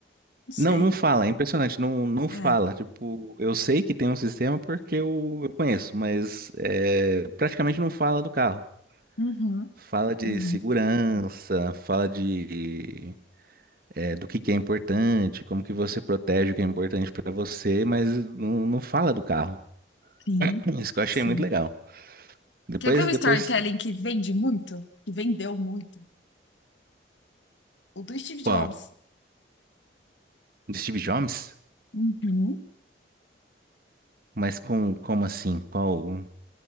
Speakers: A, on the left (about 85°); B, on the right (about 50°).
A: não sei.
B: Não, não fala, é impressionante, não, não fala.
A: É.
B: Tipo, eu sei que tem um sistema porque eu, eu conheço, mas é, praticamente não fala do carro.
A: Uhum,
B: Fala de
A: uhum.
B: segurança, fala de é, do que que é importante, como que você protege o que é importante pra você, mas não, não fala do carro.
A: Sim,
B: <laughs> Isso que eu achei
A: sim.
B: muito legal. Depois,
A: Quer ver um
B: depois,
A: storytelling que vende muito? Que vendeu muito? O do Steve Jobs.
B: bom, do Steve Jobs?
A: Uhum.
B: Mas com, como assim? Qual,